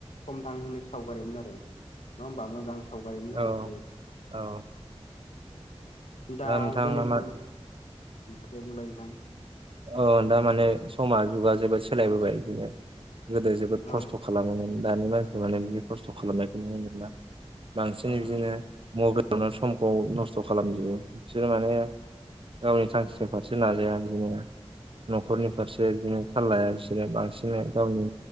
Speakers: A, on the left; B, on the right.
A: समथां होनाय सावगारिमोन आरो नङा होमबा मोजां सावगायोमोन
B: औ
A: आरो बेसे
B: औ
A: दा
B: नोंथाङा
A: गोनोखो
B: मा
A: दे बुंलाय नोंथां
B: औ दारमाने समा जुगा जोबोद सोलायबोबाय बिनो गोदो जोबोद
A: औ
B: खस्थ' खालामोमोन दानि मानसिफ माने बि खस्थ' खालामनायखौ नुनोना बांसिन
A: औ
B: बिदिनो
A: नंगौ
B: मबाइलावनो समखौ नस्थ' खालामजोबो बिसोर माने गावनि थांखिनि फारसे नाजाया बिदिनो न'खरनि
A: नंगौ
B: फारसे
A: नोंथां
B: बिदिनो थाललाया बिसोरो बांसिनै गावनि